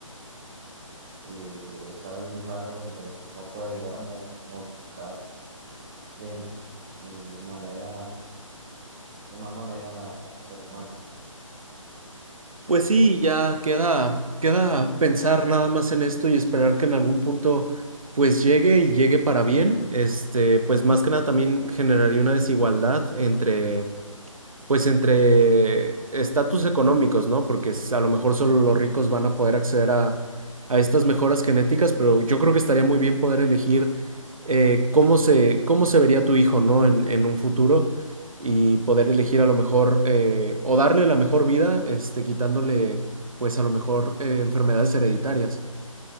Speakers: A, on the right; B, on the right.
A: eh, estar en un rango donde no pueda llegar a mo- modificar de eh, manera de mal manera al ser humano.
B: Pues sí, ya queda, queda pensar nada más en esto y esperar que en algún punto pues llegue y llegue para bien. Este, pues más que nada también generaría una desigualdad entre pues entre estatus económicos, ¿no? Porque es- a lo mejor solo los ricos van a poder acceder a, a estas mejoras genéticas, pero yo creo que estaría muy bien poder elegir eh, cómo se, cómo se vería tu hijo, ¿no? En, en un futuro y poder elegir a lo mejor eh, o darle la mejor vida, este, quitándole, pues a lo mejor eh, enfermedades hereditarias.